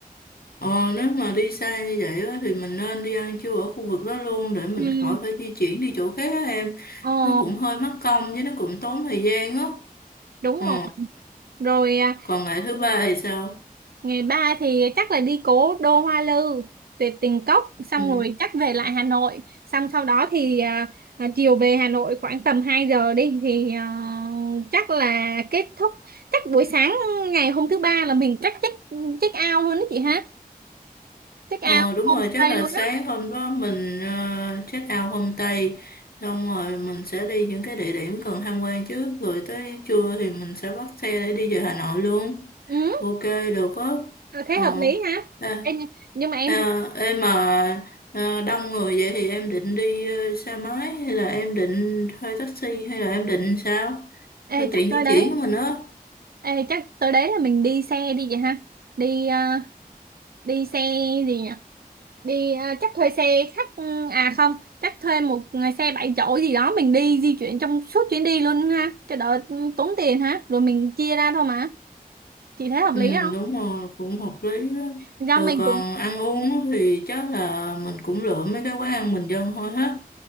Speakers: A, on the left (about 75°); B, on the right (about 75°).
A: Ờ, nếu mà đi xa như vậy á, thì mình nên đi ăn trưa ở khu vực đó luôn để mình
B: ừ
A: khỏi phải di chuyển đi chỗ khác á em.
B: ồ
A: Nó cũng hơi mất công với nó cũng tốn thời gian á.
B: đúng
A: Ờ,
B: rồi rồi à,
A: còn ngày thứ ba thì sao?
B: ngày ba thì chắc là đi cố đô Hoa Lư tuyệt tình cốc xong
A: Ừ.
B: rồi chắc về lại Hà Nội xong sau đó thì à, à, chiều về Hà Nội khoảng tầm 2 giờ đi thì à, chắc là kết thúc chắc buổi sáng ngày hôm thứ ba là mình chắc check check out luôn đó chị ha check
A: Ờ
B: out
A: đúng
B: homestay
A: rồi chắc là
B: luôn
A: sáng
B: đó
A: hôm đó mình uh, check out homestay xong rồi mình sẽ đi những cái địa điểm cần tham quan trước rồi tới trưa thì mình sẽ bắt xe để đi về Hà Nội luôn
B: ừ
A: ok được á
B: thế
A: ờ
B: hợp lý ha
A: à,
B: Ê, nhưng nhưng mà em
A: à,
B: thấy-
A: em mà à, đông người vậy thì em định đi ờ, xe máy hay là em định thuê taxi hay là em định sao
B: ê,
A: phương tiện
B: chắc tới
A: di
B: đấy
A: chuyển của mình á
B: ê, chắc tới đấy là mình đi xe đi vậy ha đi à, đi xe gì nhỉ đi ờ, chắc thuê xe khách ừ, à không chắc thuê một xe bảy chỗ gì đó mình đi di chuyển trong suốt chuyến đi luôn ha cho đỡ ừ, tốn tiền ha rồi mình chia ra thôi mà chị thấy hợp
A: Ừ,
B: lý không
A: đúng rồi, cũng hợp lý đó.
B: do
A: Rồi
B: mình
A: còn
B: cũng
A: ăn uống á thì chắc là mình cũng lựa mấy cái quán ăn bình dân thôi hết.